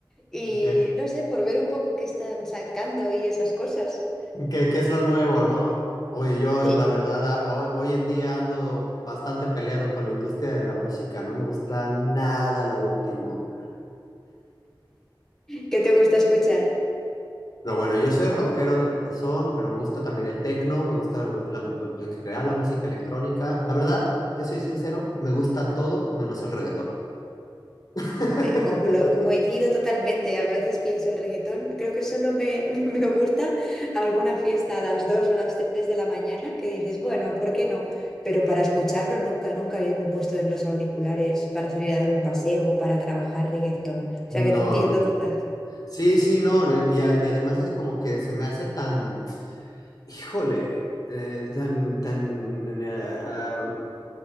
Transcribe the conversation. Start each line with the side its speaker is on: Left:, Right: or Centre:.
Centre: y
Left: ¿Qué,
Centre: no sé, por ver un poco qué están sacando y esas cosas.
Left: qué, qué es lo nuevo, no? Oye, yo
Centre: Sí.
Left: la verdad, a- hoy, hoy en día ando bastante peleado con la industria de la música, no me gusta nada lo último.
Centre: ¿Qué te gusta escuchar?
Left: No, bueno, yo soy rockero de corazón, pero me gusta también el techno, me gusta la mu- en general la música electrónica. La verdad, te soy sincero, me gusta todo menos el reggaetón. <laughs>
Centre: Me, co- lo- coincido totalmente. A veces pienso el reggaetón, creo que solo me, <laughs> me gusta alguna fiesta a las 2 o las 3 de la mañana que dices, bueno, ¿por qué no? Pero para escucharlo nunca, nunca me he puesto en los auriculares para salir a dar un paseo, para trabajar reggaetón. O
Left: No,
Centre: sea que te entiendo
Left: no.
Centre: total.
Left: Sí, sí, no. Y, a- y además es como que se me hace tan, híjole, eh, tan, tan, eh,